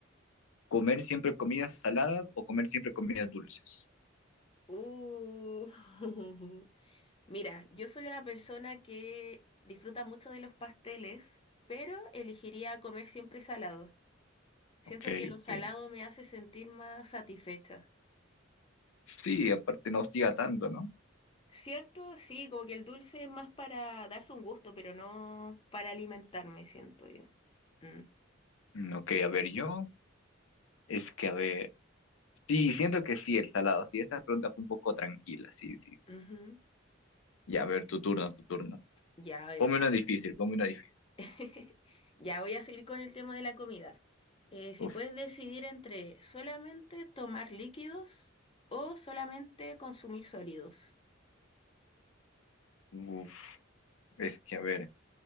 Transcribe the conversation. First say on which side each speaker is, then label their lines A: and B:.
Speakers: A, on the left (about 80°); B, on the left (about 25°).
A: ¿Comer siempre comidas saladas o comer siempre comidas dulces?
B: Uh, <laughs> Mira, yo soy una persona que disfruta mucho de los pasteles, pero elegiría comer siempre salado. Siento
A: Ok,
B: que lo
A: ok.
B: salado me hace sentir más satisfecha.
A: Sí, aparte no hostiga tanto, ¿no?
B: Cierto, sí, como que el dulce es más para darse un gusto, pero no para alimentarme, siento yo. Mm,
A: Mm, Ok, a ver, yo, es que a ver, sí, siento que sí, el salado, sí, esta pregunta fue un poco tranquila, sí, sí.
B: ujú,
A: Ya, a ver,
B: sí.
A: tu turno, tu turno.
B: Ya, a ver.
A: Ponme una difícil, ponme una difícil.
B: <laughs> Ya voy a seguir con el tema de la comida. Eh, si
A: Uf,
B: puedes decidir entre solamente tomar líquidos o solamente consumir sólidos.
A: uf, es que a ver,